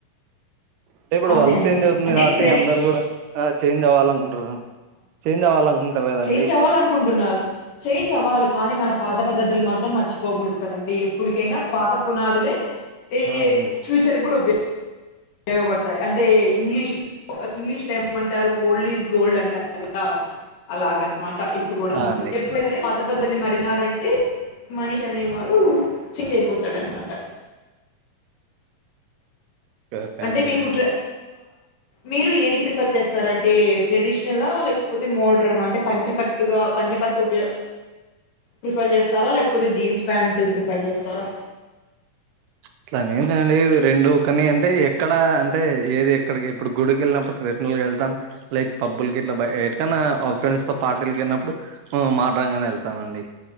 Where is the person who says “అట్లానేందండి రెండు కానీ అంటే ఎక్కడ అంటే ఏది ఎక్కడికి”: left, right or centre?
Right